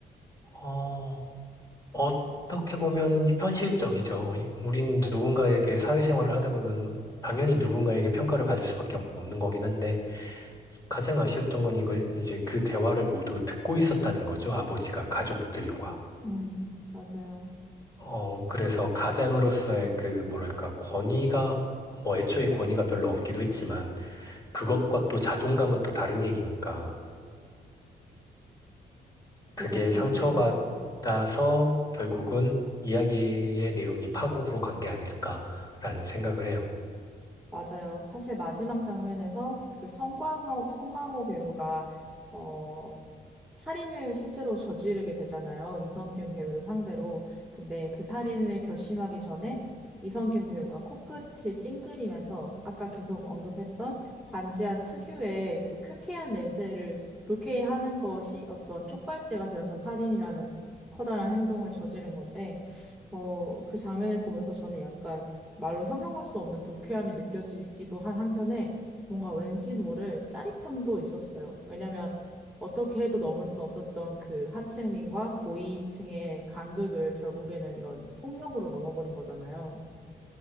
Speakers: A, on the left; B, in the centre.
A: 어, 어떻게 보면 현실적이죠. 이- 우린 누군가에게 사회생활을 하다 보면 당연히 누군가에게 평가를 받을 수밖에 없는 거긴 한데, 가장 아쉬웠던 건 이걸 이제 그 대화를 모두 듣고 있었다는 거죠. 아버지가 가족들과.
B: 음, 맞아요.
A: 어, 그래서 가장으로서의 그, 뭐랄까, 권위가, 뭐 애초에 권위가 별로 없기도 했지만, 그것과 또 자존감은 또 다른 얘기니까. 그게
B: 저도 그,
A: 상처받아서
B: 네,
A: 결국은 이야기의 내용이 파국으로 간 게 아닐까라는 생각을 해요.
B: 맞아요. 사실 마지막 장면에서 그 성광호, 성광호 배우가, 어, 살인을 실제로 저지르게 되잖아요. 이성균 배우를 상대로. 근데 그 살인을 결심하기 전에 이성균 배우가 코끝을 찡그리면서 아까 계속 언급했던 반지하 특유의 그 쾌쾌한 냄새를 불쾌해하는 것이 어떤 촉발제가 되어서 살인이라는 커다란 행동을 저지른 건데 어, 그 장면을 보면서 저는 약간 말로 형용할 수 없는 불쾌함이 느껴지기도 한 한편에 뭔가 왠지 모를 짜릿함도 있었어요. 왜냐하면 어떻게 해도 넘을 수 없었던 그 하층민과 고위층의 간극을 결국에는 이런 폭력으로 넘어버린 거잖아요.